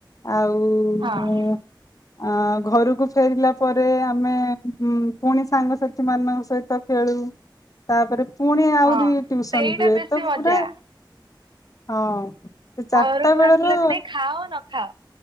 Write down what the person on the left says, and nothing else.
ଆଉ ଉଁ
ଆଁ ଘରକୁ ଫେରିଲା ପରେ ଆମେ ପୁଣି ସାଙ୍ଗସାଥିମାନଙ୍କ ସହିତ ଖେଳ ତାପରେ ପୁଣି ଆହୁରି
ଟିଉସନ
ରୁହେ
ତ
ପୁରା ହଁ ସେ
ଚାରିଟାବେଳର